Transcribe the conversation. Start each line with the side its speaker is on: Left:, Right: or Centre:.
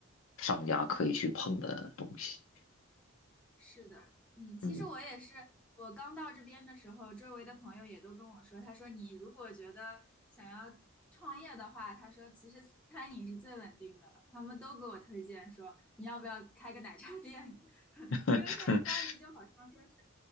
Left: 商家可以去碰的东西。
Centre: 是的，嗯，其实我也是，
Left: 嗯，
Centre: 我刚到这边的时候，周围的朋友也都跟我说，他说你如果觉得想要创业的话，他说其实餐饮是最稳定的了，他们都给我推荐说你要不要开个奶茶店，<laughs>
Left: <laughs>
Centre: 因为现在巴黎就好像说是